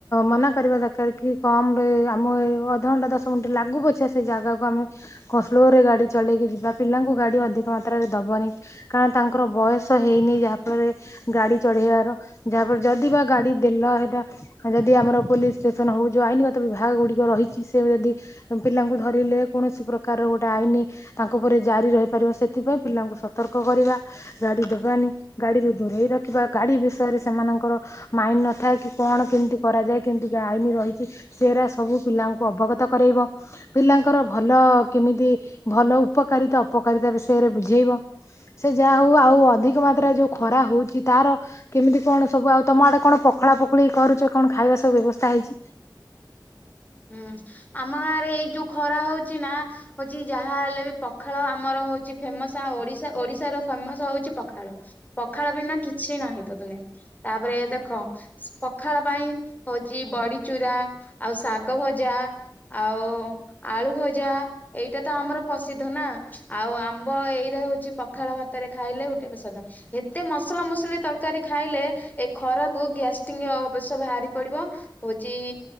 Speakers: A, on the left; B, on the left.
A: ମନା ଦର କି କମରେ ଆମ ଇଏ ଅଧଘଣ୍ଟା ଦଶ ମିନିଟ ଲାଗୁ ପଛେ ସେ ଜାଗାକୁ ଆମ କନ୍ସ ରେ ଗାଡି ଚଳେଇକି ଯିବା ପିଲାଙ୍କୁ ଗାଡି ଅଧିକ ମାତ୍ରାରେ ଦବନି କାରଣ ତାଙ୍କର ବୟସ ହେଇନି ଯାହା ତାପରେ ଗାଡି ଚଢେଇବାର ଯାହାଫଳରେ ଯଦି ବା ଗାଡି ଦେଲ ହେଟା ଯଦି ଆମର ପୋଲିସ ଷ୍ଟେସନ ହୋଉ ଯେଉଁ ଆଇନଗତ ବିଭାଗ ଗୁଡ଼ିକ ରହିଚି ସେ ଯଦି ପିଲାଙ୍କୁ ଧରିଲେ କୌଣସି ପ୍ରକାର ଗୋଟେ ଆଇନ ତାଙ୍କ ଉପ ଜାରି ରହିପାରିବ ସେଥିପାଇଁ ପିଲାଙ୍କୁ ସତର୍କ କରିବା ଗାଡି ଦବାନି। ଗାଡିରୁୁ ଦୂରେଇ ରଖିବା ଗାଡି ବିଷୟରେ ସେମାନଙ୍କର ମାଇଣ୍ଡ ନଥାଏ କି କଣ କେମିତି କରାଯାଏ। କେମିତିକା ଆଇନ ରହିଚି ସେରା ସବୁ ପିଲାଙ୍କୁ ଅବଗତ କରେଇବ ପିଲାଙ୍କର ଭଲ କିମ୍ କେମିତି ଭଲ ଉପକାରିତା ଅପକାରିତା ବିଷୟରେ ବୁଝେଇବ। ସେ ଯାହା ହୋଉ ଆଉ ଅଧିକ ମାତ୍ରାରେ ଯୋଉ ଖରା ହୋଉଚି ତାର କେମିତି କଣ ସବୁ ଆଉ ତମ ଆଡେ କଣ ପ୍ ପଖଳା ପୋଖଳି କରୁଛ କଣ ଖାଇବା ସବୁ ବ୍ୟବସ୍ଥା ହେଇଛି?
B: ହୁଁ ଆମ ଗାଁ ରେ ଏଇ ଯୋଉ ଖରା ହଉଛି ନା ହଉଛି ଯାହା ହେଲେ ବି ପଖାଳ ଆମର ହଉଛି ଫେମସ ଆଉ ଓଡିଶା ଓଡିଶାର ଫେମସ ହଉଛି ପଖାଳ ପଖାଳ ବିନା କିଛି ନାହିଁ ତ ଦୁନିଆ। ତାପରେ ଦେଖ ପଖାଳ ପାଇଁ ହଉଛି ବଡି ଚୁରା ଆଉ ଶା ଶାଗ ଭଜା ଆଉ ଆଳୁ ଭଜା ଏଇଟା ତ ଆମର ପ୍ରସିଦ୍ଧ ନା ଆଉ ଆଉ ଆମ୍ବ ଏଇଟା ହଉଛି ପଖାଳ ଭାତରେ ଖାଇଲେ ଗୋଟେ ପ୍ରସାଦ ଏତେ ମସଲା ମସଲି ତରକାରୀ ଖାଇ ହେଲେ ଏ ଖରାକୁ ଗ୍ୟାଷ୍ଟିଙ୍ଗ ଅବଶ୍ୟ ବାହାରି ପଡିବ ହଉଛି